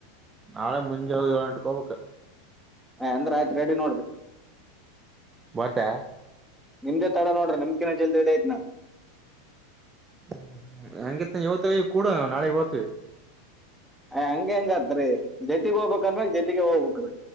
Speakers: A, on the right; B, in the centre.
A: ನಾಳೆ ಮುಂಜಾಗ ಎಟ ಗೋಪಕ್ಕೆ
B: ಅಂದ್ರ ಆಯ್ತ್ ರೆಡಿ ನೋಡ್ರಿ
A: <unintelligible>
B: ನಿಮ್ದೆ ತಡ ನೋಡ್ರಿ ನಿಮ್ಕಿನ ಜಲ್ದಿ ರೆಡಿ ಅಗಿನಿ ನಾನ್.
A: ಹ್ಮ್ ಹ್ಮ್ ಹಂಗತ್ತ ಇವತ್ತೆ ಕೂಡ ನಾಳೆಗ್ ಬರ್ತವಿ.
B: ಹಂಗ ಹೆಂಗ ಅತ್ರಿ ಜತಿಗೆ ಹೋಗ್ಬೇಕ್ ಅಂದಮೇಲೆ ಜೊತಿಗೆ ಹೋಗ್ಬೇಕು.